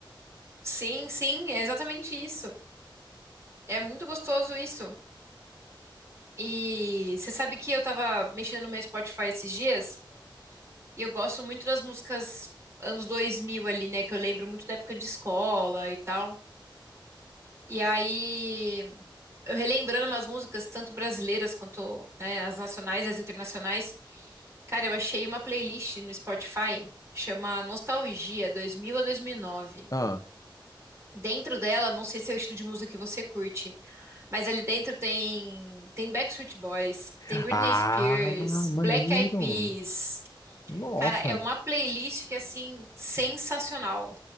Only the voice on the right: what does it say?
sim, sim, é exatamente isso. É muito gostoso isso. E você sabe que eu tava mexendo no meu Spotify esses dias e eu gosto muito das músicas anos 2000 ali, né? Que eu lembro muito da época de escola e tal. E aí, eu relembrando umas músicas, tanto brasileiras quanto, né, as nacionais e as internacionais. Cara, eu achei uma playlist no Spotify, chama Nostalgia 2000 a 2009.
Dentro dela, não sei se é o estilo de música que você curte, Mas ali dentro tem tem Backstreet Boys, tem
Britney Spears,
Black Eyed Peas.
Cara, é uma playlist que assim sensacional,